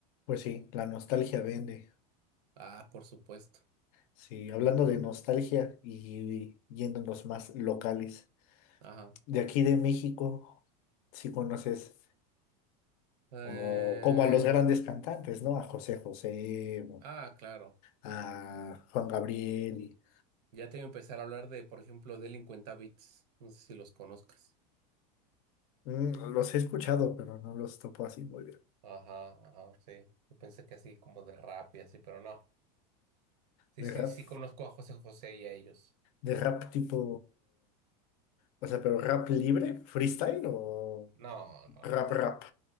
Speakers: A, on the left; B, on the right.
A: Pues sí, la nostalgia vende.
B: Ah, por supuesto.
A: Sí, hablando de nostalgia y yéndonos más locales,
B: Ajá.
A: de aquí de México, si conoces
B: Eh,
A: como, como a los grandes cantantes, ¿no? A José José,
B: ah, claro.
A: a Juan Gabriel, y-
B: Ya te voy a empezar a hablar de, por ejemplo, Delincuentavits. No sé si los conozcas.
A: mm, los he escuchado, pero no los topo así muy bien.
B: Ajá, ajá, sí. Yo pensé que así como de rap y así, pero no. Sí,
A: De
B: sí,
A: rap,
B: sí conozco a José José y a ellos.
A: de rap tipo, o sea, pero rap libre, freestyle o
B: No, no,
A: rap
B: no.
A: rap.